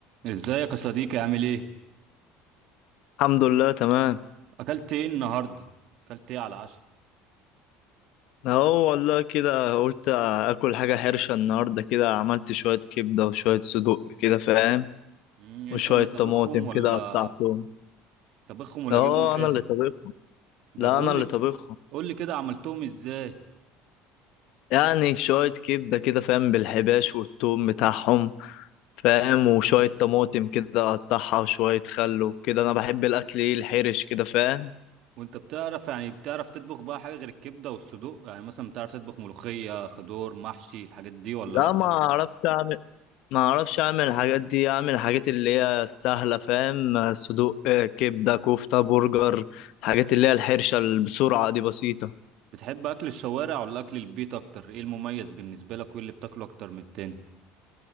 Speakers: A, on the right (about 65°); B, on the left (about 70°).
A: ازيك يا صديقي عامل ايه
B: الحمد لله تمام
A: اكلت ايه النهارده اكلت ايه على العشاء
B: اهو والله كده قلت اكل حاجة حرشة النهاردة كده عملت شوية كبدة وشوية صدوق كده فاهم
A: مم، انت
B: وشوية
A: اللي طبخهم
B: طماطم
A: ولا
B: كده قطعتهم
A: طبخهم ولا
B: اه
A: جايبهم جاهز
B: انا اللي طبخهم
A: ده
B: لا
A: بقول
B: انا اللي
A: لك
B: طبخهم
A: قول لي كده عملتهم ازاي
B: يعني شوية كبدة كده فاهم بالحباش والثوم بتاعهم فاهم وشوية طماطم كده اقطعها وشوية خل وكده انا بحب الاكل ايه الحرش كده فاهم
A: وانت بتعرف يعني بتعرف تطبخ بقى حاجه غير الكبده والصدوق يعني مثلا بتعرف تطبخ ملوخيه خضار محشي الحاجات دي ولا
B: لا
A: لا
B: ما
A: ولا-
B: عرفت اعمل ما اعرفش اعمل الحاجات دي اعمل الحاجات اللي هي السهله فاهم صدوق آه، كبده كفته برجر الحاجات اللي هي الحرشه اللي بسرعه دي بسيطه
A: بتحب اكل الشوارع ولا اكل البيت اكتر ايه المميز بالنسبه لك وايه اللي بتاكله اكتر من التاني